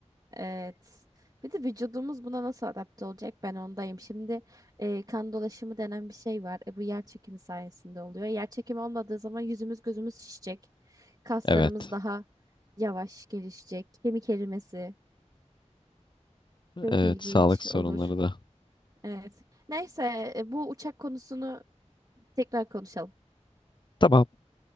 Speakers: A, on the right (about 30°); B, on the left (about 40°).
A: Evet. Bir de vücudumuz buna nasıl adapte olacak? Ben ondayım. Şimdi e, kan dolaşımı denen bir şey var. E, bu yer çekimi sayesinde oluyor. Yer çekimi olmadığı zaman yüzümüz gözümüz şişecek. Kaslarımız
B: Evet.
A: daha yavaş gelişecek. Kemik erimesi çok
B: Evet,
A: ilginç
B: sağlık sorunları
A: olur.
B: da.
A: Evet. Neyse e, bu uçak konusunu tekrar konuşalım.
B: Tamam.